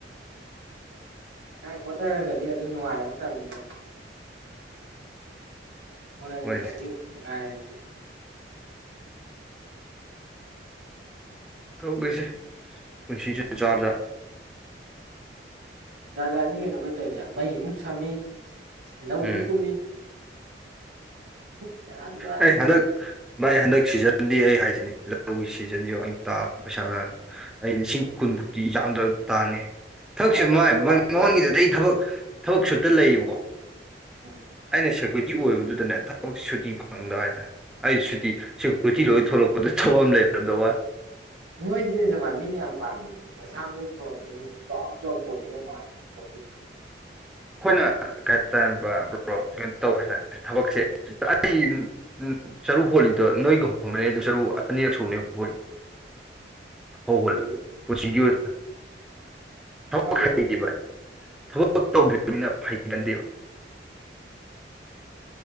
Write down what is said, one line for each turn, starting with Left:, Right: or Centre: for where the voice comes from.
Right: ꯅꯪ ꯍꯣꯠꯅꯔꯒꯗꯤ ꯑꯗꯨ ꯅꯨꯉꯥꯏꯕ ꯇꯝꯃꯤꯗ‌ꯣ ꯍ‌ꯣꯠꯅꯥ ꯅꯤꯡꯗꯔꯗꯤ
Centre: ꯍꯣꯏꯅꯦ
Right: ꯅꯨꯡꯉꯥꯏꯔꯖꯤ
Centre: ꯇꯧꯒ‌ꯦꯁꯦ ꯄꯨꯟꯁꯤ ꯖ‌ꯦ ꯖꯥꯖꯥ
Right: ꯖꯥꯖꯥꯅꯤ ꯀꯩꯅꯣ ꯑꯩꯈꯣꯏ ꯇꯧꯏꯁꯦ ꯃꯩ ꯑꯃꯨꯛ ꯁꯝꯃꯤ ꯂꯧ
Centre: ꯎꯝ
Right: ꯑꯃꯨꯛ ꯀꯨꯝꯃꯤ ꯁꯦꯔꯥꯟ ꯇꯨꯔꯥꯟꯅꯤ
Centre: ꯑꯩ
Right: ꯇꯧꯔꯤꯁꯦ
Centre: ꯍꯟꯗꯛ ꯚꯥꯏ ꯍꯟꯗꯛ ꯁꯤꯖꯟꯗꯤ ꯑꯩ ꯍꯥꯏꯖꯤꯅꯤ ꯂꯧꯒꯤ ꯁꯤꯖꯟꯁꯤ ꯑꯩꯅ ꯇꯥꯕ ꯄꯩꯁꯥ ꯃꯌꯥꯝ ꯑꯩ ꯂꯤꯁꯤꯡ
Right: ꯑꯣ
Centre: ꯀꯨꯟꯃꯨꯛꯀꯤ ꯆꯥꯡꯗꯥ ꯇꯥꯟꯅ‌ꯦ ꯊꯕꯛꯁꯦ
Right: ꯃꯔꯛ ꯃꯔꯛꯇ
Centre: ꯃꯥꯏ
Right: ꯌꯥꯎꯔꯛꯀꯦ
Centre: ꯃꯃꯥꯡꯒꯤꯗꯨꯗꯩ
Right: ꯑꯩꯁꯨ
Centre: ꯊꯕꯛ ꯊꯕꯛ ꯁꯨꯠꯇ ꯂꯩꯌꯦꯕꯀꯣ
Right: ꯎꯝ
Centre: ꯑꯩꯅ ꯁꯦꯀꯨꯔꯤꯇꯤ ꯑꯣꯏꯕꯗꯨꯗꯅꯦ ꯊꯕꯛ ꯁꯨꯇꯤ ꯐꯪꯗꯕ ꯍꯥꯏꯇꯥꯔꯦ ꯑꯩ ꯁꯨꯇꯤ ꯁꯦꯀꯨꯔꯤꯇꯤ ꯂꯣꯏ ꯊꯣꯛꯂꯛꯄꯗꯥ ꯊꯕꯛ ꯑꯃ ꯂꯩꯔꯝꯗ ꯋꯥꯟ
Right: ꯅꯣꯏꯖꯤꯅ‌ꯦ ꯖꯃꯥꯟ ꯃꯤꯅ ꯌꯥꯝ ꯄꯥꯝꯃꯤꯖ‌ꯦ ꯅꯁꯥ ꯅꯥꯎ ꯐꯕꯖꯤꯅ‌ꯦ ꯖ‌ꯣꯞ ꯖ‌ꯣꯞ ꯈ‌ꯣꯟꯒꯤ ꯗꯧ ꯃꯥꯟ ꯈ‌ꯣꯟꯗꯤ
Centre: ꯑꯩꯈꯣꯏꯅ <unintelligible> ꯇꯧꯕ ꯍꯥꯏꯇꯥꯔꯦ ꯊꯕꯛꯁꯦ ꯑꯩ ꯎꯝ ꯆꯔꯨ ꯍꯣꯂꯤꯗꯣ ꯅꯣꯏꯒ ꯍ‌‌ꯣꯟꯕꯅ‌ꯦ ꯑꯗꯨ ꯆꯔꯨ ꯑꯅꯤꯔꯛ ꯁꯨꯕꯅꯦ ꯍꯣꯂꯤꯗꯣ ꯐꯧ
Right: ꯂꯣꯏꯔꯦ
Centre: ꯒꯥꯖ‌ꯦ ꯄꯨꯟꯁꯤꯒꯤ ꯑ‌ꯣꯏ ꯅꯥ ꯊꯕꯛ
Right: ꯋꯥꯔꯤ
Centre: ꯍꯩꯇꯦ ꯚꯥꯏ ꯊꯕꯛ ꯇꯧꯗ꯭ꯔꯤꯕꯅꯤꯅ ꯐꯩꯒꯟꯗꯦꯕ